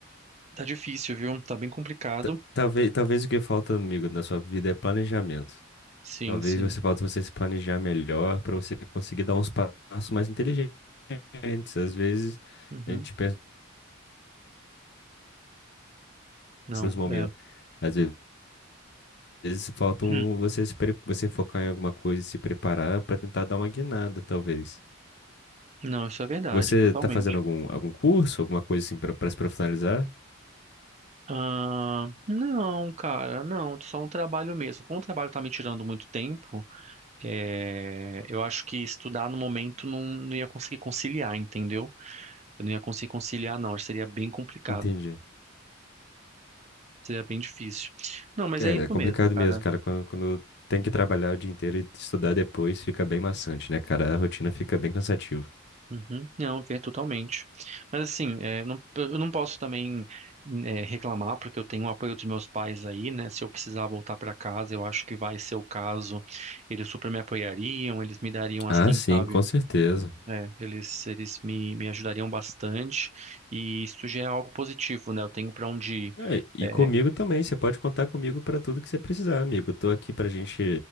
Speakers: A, on the right; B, on the left.
A: tá difícil, viu? Tá bem complicado.
B: Ta- Talvez, talvez o que falta, amigo, na sua vida é planejamento.
A: Sim,
B: Talvez
A: sim.
B: você falta você se planejar melhor para você conseguir dar uns passos mais inteligentes. Às vezes
A: Uhum.
B: a gente pensa
A: Não,
B: nos momentos.
A: é.
B: Às vezes falta
A: <clears throat>
B: um- você se pre- você focar em alguma coisa e se preparar para tentar dar uma guinada, talvez.
A: Não, isso é verdade,
B: Você
A: totalmente.
B: está fazendo algum algum curso, alguma coisa assim para se profissionalizar?
A: Ah, não, cara, não, só um trabalho mesmo. Como o trabalho tá me tirando muito tempo, é, eu acho que estudar no momento não, não ia conseguir conciliar, entendeu? Eu não ia conseguir conciliar, não, acho que seria bem complicado.
B: Entendi.
A: Seria bem difícil. Não, mas
B: É,
A: é isso
B: é complicado
A: mesmo, cara.
B: mesmo, cara. Quando, quando tem que trabalhar o dia inteiro e estudar depois, fica bem maçante, né, cara? A rotina fica bem cansativa.
A: Uhum. Não, ver totalmente. Mas assim, é, não- eu não posso também é, reclamar, porque eu tenho o apoio dos meus pais aí, né? Se eu precisar voltar para casa, eu acho que vai ser o caso. Eles super me apoiariam, eles me dariam assim,
B: Ah, sim,
A: sabe?
B: com certeza.
A: É, eles, eles me, me ajudariam bastante. E isso já é algo positivo, né? Eu tenho para onde ir.
B: É, e
A: É,
B: comigo também, você pode contar comigo para tudo que você precisar, amigo. Eu tô aqui pra gente,